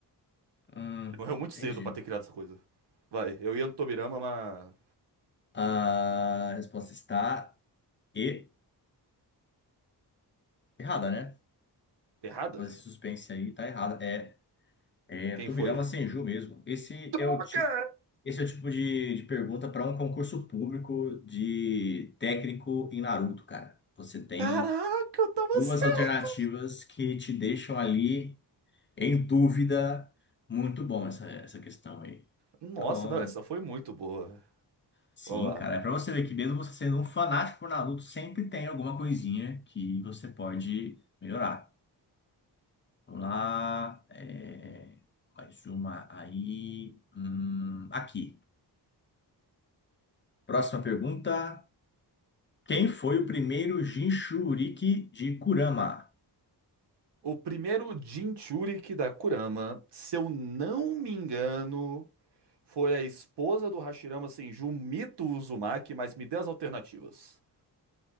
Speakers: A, on the left; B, on the right.
A: Hum,
B: Ele morreu muito cedo
A: entendi.
B: pra ter criado essa coisa. Vai, eu ia no Tobirama, mas.
A: A resposta está e errada, né?
B: Errada?
A: fazer esse suspense aí tá errado. É, é
B: Quem
A: Tubirama
B: foi?
A: Senju mesmo. Esse
B: Droga!
A: é o tipo, esse é o tipo de, de pergunta para um concurso público de técnico em Naruto, cara. Você tem
B: Caraca, eu tava
A: duas
B: certo!
A: alternativas que te deixam ali em dúvida. Muito bom essa, essa questão aí.
B: Nossa,
A: Tá bom.
B: não, essa foi muito boa.
A: Sim,
B: Vamos lá.
A: cara. É pra você ver que mesmo você sendo um fanático por Naruto, sempre tem alguma coisinha que você pode melhorar. Vamos lá. é, mais uma aí. Hum, aqui. Próxima pergunta. Quem foi o primeiro Jinchuriki de Kurama?
B: O primeiro Jinchuriki da Kurama, se eu não me engano, Foi a esposa do Hashirama Senju, Mito Uzumaki, mas me dê as alternativas.